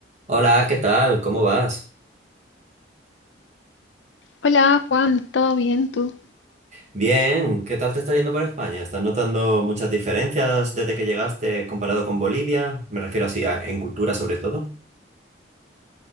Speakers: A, on the right; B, on the left.
A: Hola, ¿qué tal? ¿Cómo vas?
B: Hola Juan, ¿todo bien tú?
A: Bien, ¿qué tal te está yendo por España? ¿Estás notando muchas diferencias desde que llegaste comparado con Bolivia? Me refiero así, a- en cultura sobre todo.